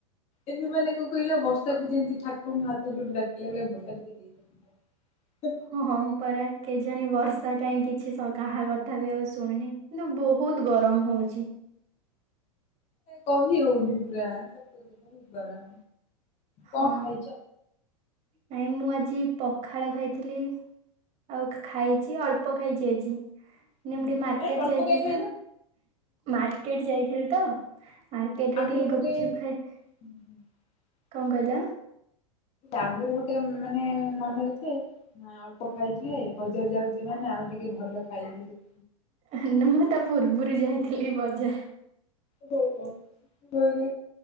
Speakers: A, on the left; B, on the right.
A: ଏବେ ମାନେ କଣ କହିଲ ବର୍ଷାକୁ ଯେମତି ଠାକୁରଙ୍କୁ ହାତ ଯୋଡ଼ିଲା ଭଳିଆ ବର୍ଷା ଟିକେ ହେଇଯାଉ ହେଇଯାଉ। <inaudible>
B: ହଁ ହଁ ପରା କେଜାଣି ବର୍ଷା କାହିଁ କିଛି କାହା କଥା ବି ଆଉ ଶୁଣୁନି। କିନ୍ତୁ ବହୁତ ଗରମ ହଉଚି।
A: କହି ହଉନି ପୁରା ସତରେ ବହୁତ ଗରମ। କଣ
B: ହଁ
A: ଖାଇଛ?
B: ନାଇଁ ମୁଁ ଆଜି ପଖାଳ ଖାଇଥିଲି। ଆଉ ଖାଇଚି ଅଳ୍ପ ଖାଇଚି ଆଜି।
A: ହୁଁ
B: ନିମ୍ ଟିକେ ମାର୍କେଟ
A: ନାଇଁ ଅଳ୍ପ
B: ଯାଇଥିଲି
A: କାଇଁ ଖାଇଲ
B: ତ ମାର୍କେଟ ଯାଇଥିଲି ତ ମାର୍କେଟ ରେ
A: ଆଗରୁ
B: ଟିକେ
A: ଗୋଟେ
B: ଗୁପଚୁପ
A: ହୁଁ
B: ଖାଇ
A: ହୁଁ।
B: କଣ କହିଲ
A: ଆଗରୁ ଗୋଟେ ମାନେ ମନରେ ଥାଏ ନାଇଁ ଅଳ୍ପ ଖାଇଥାଏ ବଜାର ଯାଉଚି ମାନେ ଆଉ ଟିକେ ଭଲ ଖାଇବି ସେଠି।
B: ହେଲେ ମୁଁ ତା ପୂର୍ବରୁ ଯାଇଥିଲି ବଜାର।
A: ହଉ ହଉ। ଘରୁ